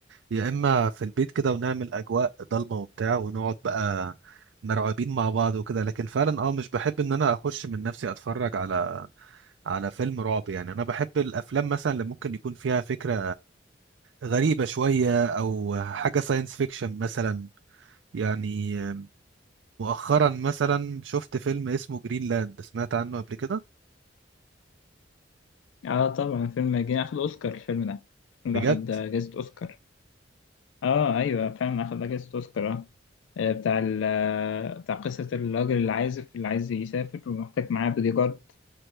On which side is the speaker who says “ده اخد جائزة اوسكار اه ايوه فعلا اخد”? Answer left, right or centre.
Left